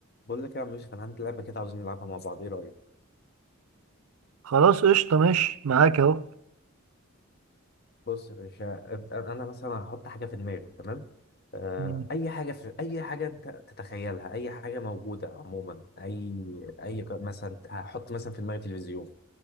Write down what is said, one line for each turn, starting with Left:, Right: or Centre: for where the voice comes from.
Left: بقول لك يا عم يوسف انا عندي لعبه كده عاوزين نلعبها مع بعض ايه رايك
Right: خلاص قشطة ماشي معاك اهو
Left: بص يا باشا أب- انا مثلا هحط حاجه في دماغي تمام آه،
Right: مم.
Left: اي حاجه في اي حاجه انت تتخيلها اي حاجه موجوده عموما اي اي ك- مثلا هحط مثلا في دماغي تلفزيون